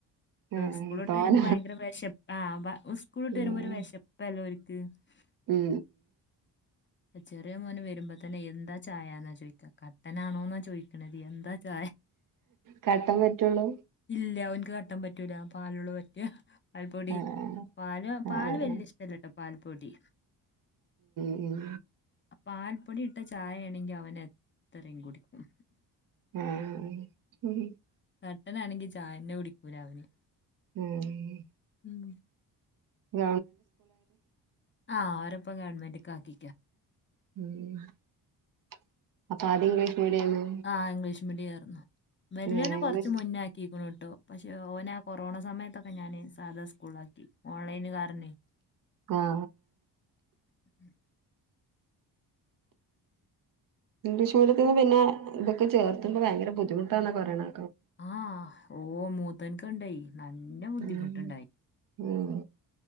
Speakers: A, on the right; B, on the left.
A: ഏഹ്
B: സ്കൂള് വിട്ട്
A: തോന
B: വരുമ്പോ ഭയങ്കര വിശപ്പാ സ്കൂള് വിട്ട് വരുമ്പോ
A: ഉം
B: ഒരു വിശപ്പല്ലോ ഓര്ക്ക് ക്ക്
A: ഉം
B: ചെറിയ മോന് വരുമ്പോ തന്നെ എന്താ ചായന്നാ ചോദിക്കാ കട്ടനാണോ ചോദിക്കണത് എന്താ ചായ
A: കട്ടൻ പറ്റുള്ളൂ
B: ഇല്ലാ ഓന്- കട്ടൻ പറ്റൂല പാലുള്ളതാ പറ്റാ പാൽപൊടി
A: ആഹ്
B: പാലൊ പാല്
A: ആഹ്
B: വല്യ ഇഷ്ടല്ലട്ടോ പാൽപ്പൊടി.
A: ഇം.
B: പൽപ്പൊടി ഇട്ട ചായയാണെങ്കിൽ അവൻഎത്രയും കുടിക്കും.
A: ഉം ഉം
B: കട്ടനാണെങ്കി ചായന്നെ കുടിക്കൂല അവന്.
A: ഉം ഉം.
B: ഉം
A: ഗ
B: ആ അവരെ ഇപ്പം ഗവൺമെന്റ്ക്ക് ആക്കിക്കാ.
A: ഉം മീഡിയന്ന്
B: ആ ഇംഗ്ലീഷ് മീഡിയം ആയിരുന്നു വെലിയേനെ
A: ഏഹ് ഇംഗ്ലീഷ്
B: കൊറച്ച് മുന്നാക്കിക്ക്ണ് ട്ടോ. പക്ഷെ ഓന ആ കൊറോണ സമയത്തൊക്കെ ഞാന് സാധാ സ്കൂളിൽ ആക്കി ഓൺലൈന് കാരണേ.
A: ആ ആ.
B: ഉം
A: ഇംഗ്ലീഷ് മീഡിയത്ത്ന്ന് പിന്നെ ഇതൊക്ക ചെർത്തുമ്പോ ഭയങ്കര ബുദ്ധിമുട്ടാന്നക്കെ പറയാണ്.
B: ആഹ ഓ മൂത്തോന്ക്ക് ഉണ്ടായി നല്ല ബുദ്ധിമുട്ടുണ്ടായി.
A: ഉം ഉം